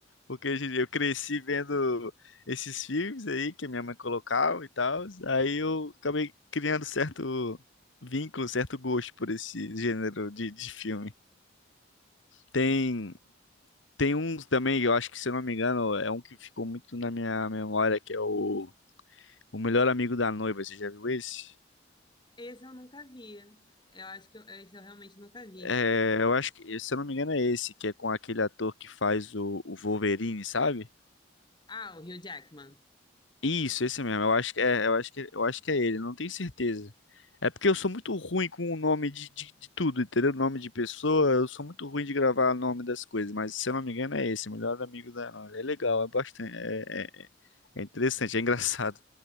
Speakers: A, on the left (about 75°); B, on the left (about 25°).
A: Porque a gente- eu cresci vendo esses filmes aí que a minha mãe colocava e tal. Aí eu acabei criando certo vínculo, certo gosto por esse gênero de, de filme. Tem, tem uns também, eu acho que, se eu não me engano, é um que ficou muito na minha memória, que é o, o Melhor Amigo da Noiva. Você já viu esse?
B: Esse eu nunca vi. Eu acho que eu- esse eu realmente nunca vi.
A: É, eu acho que, se eu não me engano, é esse, que é com aquele ator que faz o, o Wolverine, sabe?
B: Ah, o Hugh Jackman.
A: Isso, esse mesmo. Eu acho que é, eu acho que, eu acho que é ele, não tenho certeza. É porque eu sou muito ruim com o nome de, de, de tudo, entendeu? Nome de pessoa, eu sou muito ruim de gravar o nome das coisas, mas se eu não me engano é esse, melhor amigo da Nora. É legal, é bastante, é, é- é é interessante, é engraçado.